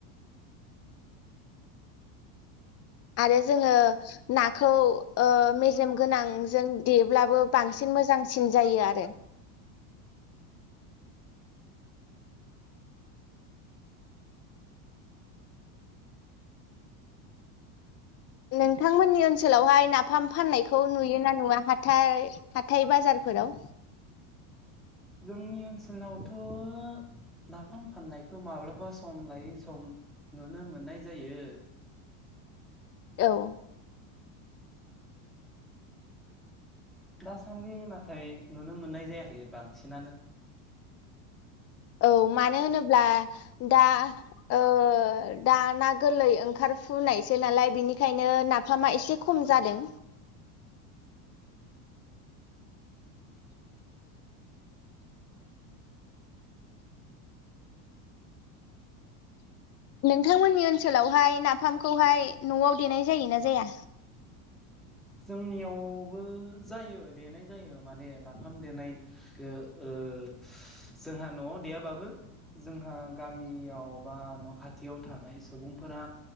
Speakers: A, on the left; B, in the centre.
A: आरो जोङो नाखौ ओ मेजेम गोनांजों देब्लाबो बांसिन मोजांसिन जायो आरो। नोंथांमोननि ओनसोलावहाय नाफाम फाननायखौ नुयो ना नुया हाथाय हाथाय बाजारफोराव।
B: जोंनि ओनसोलावथ' नाफाम फाननायखौ माब्लाबा सम लायै सम नुनो मोननाय जायो।
A: औ
B: दासान्दि नाथाय नुनो मोननाय जायाखै बांसिनानो।
A: औ मानो होनोब्ला दा ओ दा ना गोरलै ओंखार फुनायसो नालाय बेनिखायनो नाफामा एसे खम जादों। नोंथांमोननि ओनसोलावहाय नाफामखौहाय न'आव देनाय जायोना जाया।
B: जोंनियावबो जायो देनाय जायो माने नाफाम देनायखौ ओ ओ जोंहा न'आव देयाबाबो जोंहा गामियाव बा न' खाथियाव थानाय सुबुंफोरा